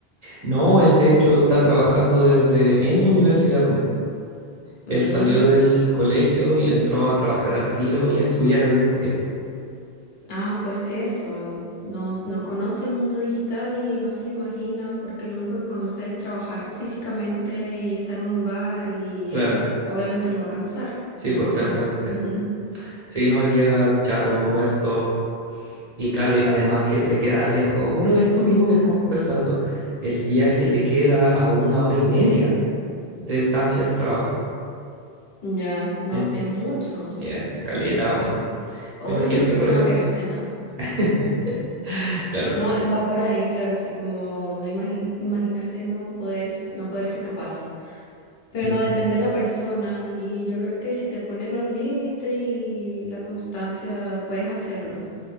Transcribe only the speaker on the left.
Mm,
Ah, pues eso, no, no conoce el mundo digital y no se lo imagina porque lo único que conoce es trabajar físicamente y estar en un lugar y
eso c- obviamente lo va a cansar.
No
con... <laughs>
Ya, no,
si es mucho.
Obviamente
que
no
va
a querer cena.
No, va por ahí, claro, así como no imagin- imaginarse no poder, no poderse capaz. Pero
no, depende de la persona y yo creo que si te pones los límites y la constancia, puedes hacerlo.